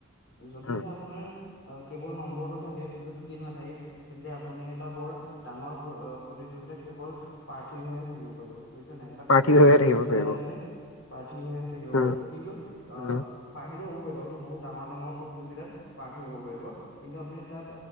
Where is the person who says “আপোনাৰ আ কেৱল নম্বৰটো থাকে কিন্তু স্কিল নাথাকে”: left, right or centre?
Left